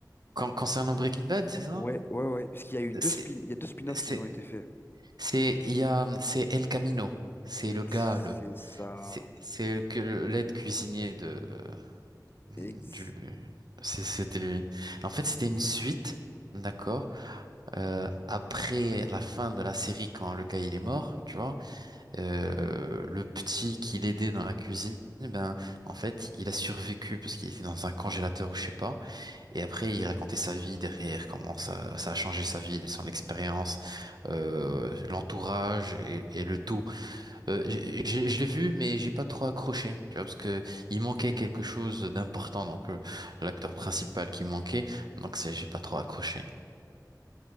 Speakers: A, on the right; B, on the left.
A: Con- concernant Breaking Bad, c'est ça?
B: Ouais, ouais, ouais. Parce qu'il y a eu deux
A: C'est,
B: spin, il y a deux spin-offs
A: c'est,
B: qui ont été faits.
A: c'est, il y a, c'est El Camino. C'est
B: Ex-
A: le gars, le,
B: C'est ça.
A: c'est, c'est le, que le- l'aide cuisinier de, du,
B: Ex-
A: c'est- c'était lui. En fait, c'était une suite, d'accord? Euh, après la fin de la série quand le gars il est mort, tu vois? Euh, le petit qui l'aidait dans la cuisine, ben en fait il a survécu parce qu'il était dans un congélateur ou je sais pas. Et après il racontait sa vie derrière, comment ça, ça a changé sa vie, son expérience, euh, l'entourage et, et le tout. Euh, j'ai- j'ai- je l'ai vu mais j'ai pas trop accroché, tu vois, parce que il manquait quelque chose d'important, donc euh, l'acteur principal qui manquait, donc c'est j'ai pas trop accroché.